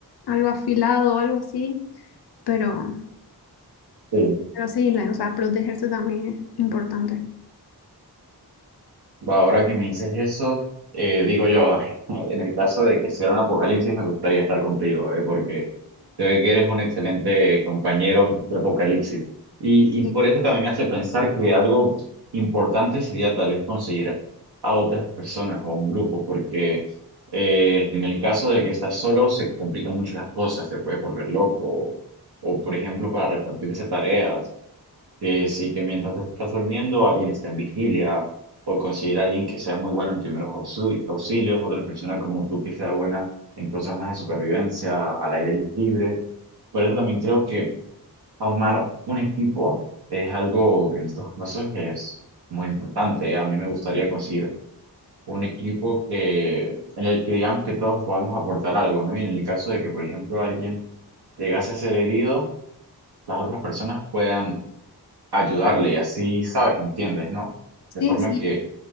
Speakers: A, on the left; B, on the right.
A: algo afilado o algo así. Pero,
B: Sí.
A: pero sí, la, o sea, protegerse también es importante.
B: Va, Ahora que me dices eso, eh, digo yo, <laughs> en el caso de que sea un apocalipsis, me gustaría estar contigo, eh, porque se ve que eres un excelente compañero de apocalipsis. Y,
A: Sí,
B: y por eso también me hace pensar que algo importante sería tal vez conseguir a otras personas o a un grupo, porque eh, en el caso de que estás solo, se complican mucho las cosas, te puedes volver loco, o, por ejemplo, para repartirse tareas que sí, que mientras tú estás durmiendo, alguien está en vigilia, o conseguir a alguien que sea muy bueno en primeros auxi- auxilios, otra persona como tú que sea buena en cosas más de supervivencia, al aire libre. Por eso también creo que armar un equipo es algo que en estos casos es muy importante. A mí me gustaría conseguir un equipo que, en el que digamos que todos podamos aportar algo, ¿no? Y en el caso de que, por ejemplo, alguien llegase a ser herido, las otras personas puedan ayudarle y así, ¿sabes? ¿Entiendes, no? De
A: sí,
B: forma
A: sí,
B: que,